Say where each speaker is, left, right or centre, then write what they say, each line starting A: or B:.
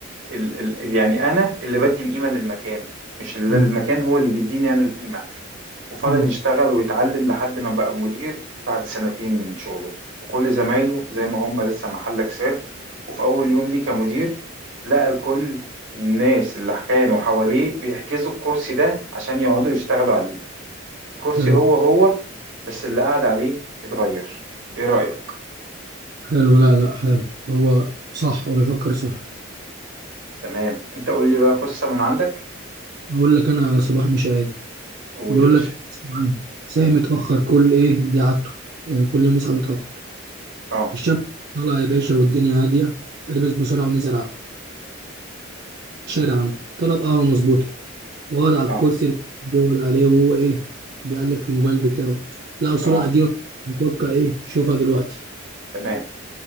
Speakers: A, on the right; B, on the right.
A: ال ال يعني انا اللي بدي القيمه للمكان مش اللي
B: مم.
A: المكان هو اللي بيديني انا القيمه وفضل
B: مم.
A: يشتغل ويتعلم لحد ما بقى مدير بعد سنتين من شغله وكل زمايله زي ما هم لسه محلك سر وفي اول يوم ليه كمدير لقى الكل الناس اللي كانوا حواليه بيحجزوا الكرسي ده عشان يقعدوا يشتغلوا عليه الكرسي
B: حلو
A: هو هو بس اللي قاعد عليه اتغير ايه رأيك
B: حلو لا لا حلو هو صح هو بيفكر صح
A: تمام انت قول لي بقى قصة من عندك
B: اقول لك انا على صباح مش عادي
A: قول
B: بيقول
A: يا باشا
B: لك اسمع عني. ساعة متأخر كل ايه دي عادته يعني كل يوم يصحى متأخر
A: اه
B: الشمس طالعة يا باشا والدنيا هادية لبس بسرعة ونزل على الشارع عنده طلب قهوة مظبوطة وقعد على
A: اه
B: الكرسي اللي بيقعد عليه وهو ايه بيقلب في الموبايل بتاعه لقى صورة
A: اه
B: قديمة متوقع ايه يشوفها دلوقتي
A: تمام